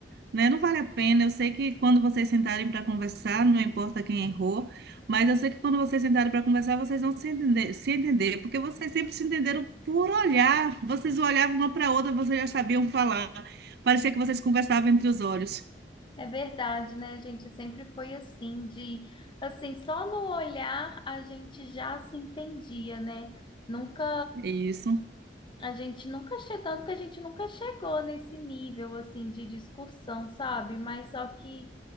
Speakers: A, on the right (about 65°); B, on the left (about 30°).
A: né? Não vale a pena. Eu sei que quando vocês sentarem para conversar, não importa quem errou, mas eu sei que quando vocês sentarem para conversar, vocês vão se entender, se entender, porque vocês sempre se entenderam por olhar. Vocês olhavam uma para outra, vocês já sabiam falar. Parecia que vocês conversavam entre os olhos.
B: É verdade, né? gente sempre foi assim, de assim, só no olhar a gente já se entendia, né? Nunca
A: É Isso,
B: A gente nunca chegou, tanto que a gente nunca chegou nesse nível assim de discussão, sabe? Mas só que